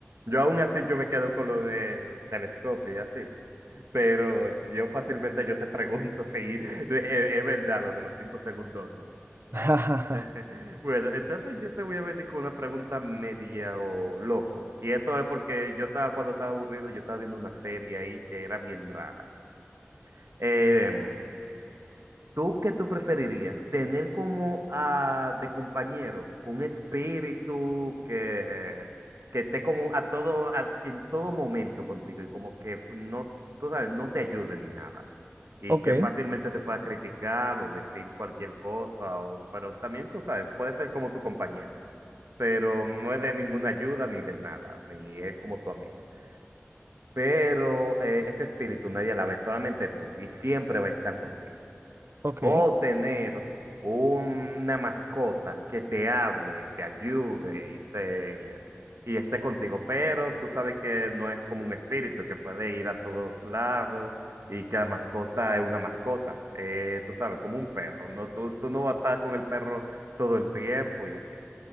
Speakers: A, on the right; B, on the right.
A: Yo aún así yo me quedo con lo del telescopio y así, pero yo fácilmente yo te pregunto <laughs> si es, es verdad lo de los cinco segundos, ¿no?
B: <laughs>
A: <laughs> Bueno, entonces yo te voy a venir con una pregunta media o loco. Y esto es porque yo estaba, cuando estaba aburrido, yo estaba viendo una serie ahí que era bien rara. Em, ¿Tú qué tú preferirías? ¿Tener como ah, de compañero un espíritu que, que esté como a todo, a- en todo momento contigo y como que f- no, tú sabes, no te ayude ni nada? Y
B: Ok,
A: que fácilmente te pueda criticar o decir cualquier cosa, o, pero también tú sabes, puede ser como tu compañero, pero no es de ninguna ayuda ni de nada, ni es como tu amigo. Pero eh, ese espíritu nadie la ve, solamente tú, y siempre va a estar contigo.
B: ok.
A: O tener una mascota que te hable, te ayude y te y esté contigo, pero tú sabes que no es como un espíritu que puede ir a todos lados y que la mascota es una mascota, eh, tú sabes, como un perro, no, tú, tú no vas a estar con el perro todo el tiempo y así.